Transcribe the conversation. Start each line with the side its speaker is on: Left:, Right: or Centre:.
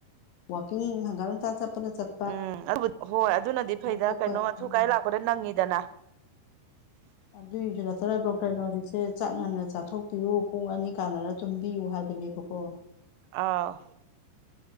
Left: ꯋꯥꯀꯤꯡ ꯍꯪꯒꯠ ꯍꯟꯗꯥ ꯆꯠꯄꯅ ꯆꯠ
Right: ꯎꯝ ꯑꯗꯨ ꯍꯣꯏ ꯑꯗꯨꯅꯗꯤ ꯐꯩꯗ
Left: ꯊꯣꯛꯄ
Right: ꯀꯩꯅꯣ ꯑꯊꯨ
Left: ꯑꯥ
Right: ꯀꯥꯏ ꯂꯥꯛꯄꯗ ꯅꯪꯉꯤꯗꯅ
Left: ꯑꯗꯨꯒꯤꯁꯨ ꯅꯠꯇꯅ ꯗꯣꯛꯇꯔꯅ ꯍꯧꯖꯤꯛꯁꯦ ꯆꯥꯛ ꯉꯟꯅ ꯆꯥꯊꯣꯛꯄꯤꯌꯨ ꯄꯨꯡ ꯑꯅꯤ ꯀꯥꯟꯅꯔ ꯇꯨꯝꯕꯤꯌꯨ ꯍꯥꯏꯕ ꯗꯨꯅꯤꯕꯀꯣ
Right: ꯑꯥꯎ